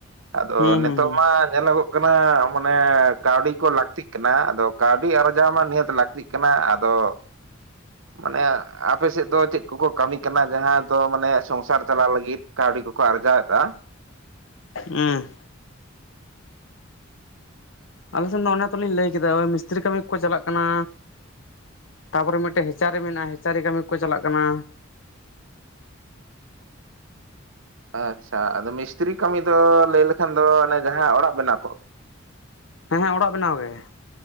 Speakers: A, on the right; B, on the left.
A: ᱟᱫᱚ
B: ᱦᱩᱸ
A: ᱱᱤᱛᱚᱜ
B: ᱦᱩᱸ
A: ᱢᱟ ᱧᱮᱞᱚᱜᱚᱜ ᱠᱟᱱᱟ ᱢᱟᱱᱮ ᱠᱟᱹᱣᱰᱤ ᱠᱚ ᱞᱟᱹᱠᱛᱤᱜ ᱠᱟᱱᱟ ᱟᱫᱚ ᱠᱟᱹᱣᱰᱤ ᱟᱨᱡᱟᱣ ᱢᱟ ᱱᱤᱦᱟᱹᱛ ᱞᱟᱹᱠᱛᱤᱜ ᱠᱟᱱᱟ ᱟᱫᱚ ᱢᱟᱱᱮ ᱟᱯᱮ ᱥᱮᱫ ᱫᱚ ᱪᱮᱫ ᱠᱚᱠᱚ ᱠᱟᱹᱢᱤ ᱠᱟᱱᱟ ᱡᱟᱸᱦᱟ ᱫᱚ ᱢᱟᱱᱮ ᱥᱚᱝᱥᱟᱨ ᱪᱟᱞᱟᱣ ᱞᱟᱹᱜᱤᱫ ᱠᱟᱹᱣᱰᱤ ᱠᱚᱠᱚ ᱟᱨᱡᱟᱣ ᱮᱫᱟ?
B: ᱦᱩᱸ᱾ ᱟᱞᱮ ᱥᱮᱱ ᱫᱚ ᱚᱱᱮ ᱛᱚᱞᱤᱧ ᱞᱟᱹᱭ ᱠᱮᱫᱟ ᱳᱭ ᱢᱤᱥᱛᱨᱤ ᱠᱟᱹᱢᱤ ᱠᱚ ᱪᱟᱞᱟᱜ ᱠᱟᱱᱟ᱾ ᱛᱟᱨᱯᱚᱨᱮ ᱢᱤᱫᱴᱮᱡ ᱦᱮᱸᱪᱟᱨᱮ ᱢᱮᱱᱟᱜᱼᱟ ᱦᱮᱸᱪᱟᱨᱮ ᱠᱟᱹᱢᱤ ᱠᱚ ᱪᱟᱞᱟᱜ ᱠᱟᱱᱟ᱾
A: ᱟᱪᱪᱷᱟ ᱟᱫᱚ ᱢᱤᱥᱛᱨᱤ ᱠᱟᱹᱢᱤ ᱫᱚ ᱞᱟᱹᱭ ᱞᱮᱠᱷᱟᱱ ᱫᱚ ᱚᱱᱮ ᱡᱟᱦᱟᱸ ᱚᱲᱟᱜ ᱵᱮᱱᱟᱣ ᱠᱚ᱾
B: ᱦᱮᱸ ᱦᱮᱸ ᱚᱲᱟᱜ ᱵᱮᱱᱟᱣ ᱜᱮ᱾